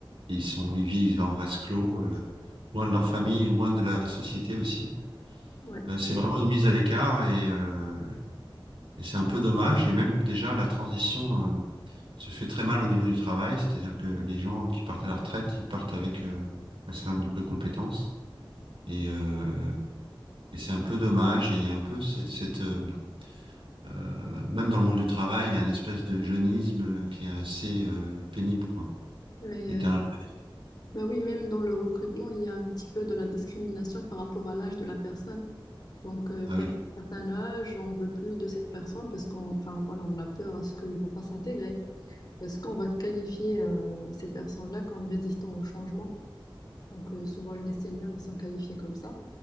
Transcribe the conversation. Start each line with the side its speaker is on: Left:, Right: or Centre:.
Right: et ils sont, ils vivent en vase clos, euh, loin de leur famille, loin de la société aussi.
Left: Ouais.
Right: Euh, C'est vraiment une mise à l'écart et, euh, et c'est un peu dommage. Et même déjà, la transition euh, se fait très mal au niveau du travail, c'est-à-dire que les gens qui partent à la retraite, ils partent avec euh, un certain nombre de compétences. Et, euh, et c'est un peu dommage. Et il y a un peu cette, cette, euh, euh, même dans le monde du travail, il y a une espèce de jeunisme qui est assez euh, pénible, quoi.
Left: Mais
Right: Et
Left: euh,
Right: t'as l'impression-
Left: bah oui, même dans le recrutement, il y a un petit peu de la discrimination par rapport à l'âge de la personne. Donc, euh,
Right: ah
Left: passé
Right: oui,
Left: un certain âge, on veut plus de cette personne parce qu'on, enfin, voilà, on a peur à ce qu'il ne va pas s'intégrer. Est-ce qu'on va qualifier euh, ces personnes-là comme résistants au changement? Donc, euh, souvent, les seniors, ils sont qualifiés comme ça.